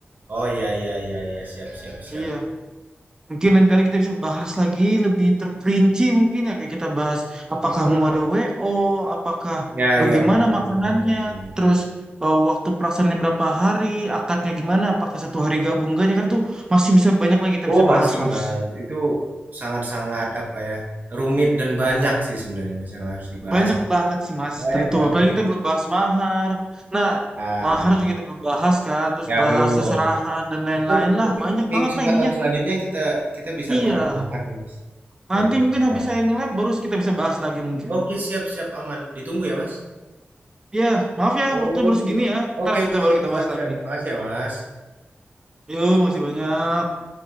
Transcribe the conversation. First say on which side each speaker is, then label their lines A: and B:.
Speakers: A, on the right; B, on the right.
A: Oh iya iya iya iya siap siap siap.
B: Iya. Mungkin lain kali kita bisa bahas lagi lebih terperinci mungkin ya kayak kita bahas apakah
A: Hmm,
B: mau ada WO, apakah
A: Ya
B: bagaimana
A: ya benar benar
B: makanannya,
A: benar benar. benar.
B: terus eh, waktu pelaksanaannya berapa hari, akadnya gimana, apakah satu hari gabung enggaknya kan tuh masih bisa banyak lagi kita
A: Oh
B: bisa bahas
A: masih
B: Mas.
A: mas itu sangat sangat apa ya rumit dan banyak sih sebenarnya mas yang harus dibahas.
B: Banyak banget sih Mas,
A: Banyak
B: tentu.
A: banget.
B: Apalagi kita belum bahas mahar. Nah,
A: Ah
B: mahar juga kita belum bahas kan, terus
A: ya
B: bahas
A: belum.
B: seserahan dan lain-lain
A: Mungkin
B: lah.
A: mungkin
B: Banyak
A: di
B: banget
A: kesempatan
B: lah ininya.
A: selanjutnya kita kita bisa
B: Iya.
A: bahas bahar nih mas.
B: Nanti
A: Bagus
B: mungkin habis
A: banget.
B: saya nge baru kita bisa bahas lagi mungkin.
A: Oke siap siap aman. Ditunggu ya mas.
B: Iya, maaf ya,
A: Oke.
B: waktu baru segini ya. Ntar
A: Oke oke
B: kita baru
A: siap
B: kita
A: siap
B: bahas
A: siap.
B: lagi.
A: Makasih ya mas.
B: Yuk, makasih banyak.